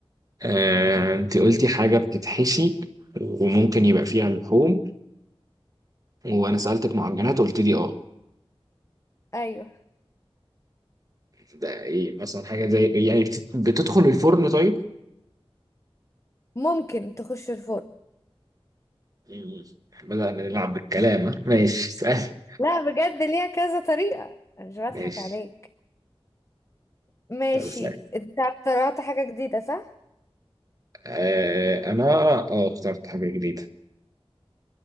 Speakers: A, on the right; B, on the left.
A: آه، انت قلتي حاجة بتتحشي وممكن يبقى فيها لحوم وانا سألتك معجنات قلت لي اه
B: ايوه
A: ده ايه مثلا حاجة زي إيه؟ يعني بت- بتدخل الفرن طيب؟
B: ممكن تخش الفرن
A: يعني بدأنا نلعب بالكلام ها؟ ماشي سهل
B: لا بجد ليها كذا طريقة أنا مش بضحك
A: ماشي
B: عليك ماشي
A: طب اسأل
B: انت اخترعت حاجة جديدة صح؟
A: آه انا اه اخترت حاجة جديدة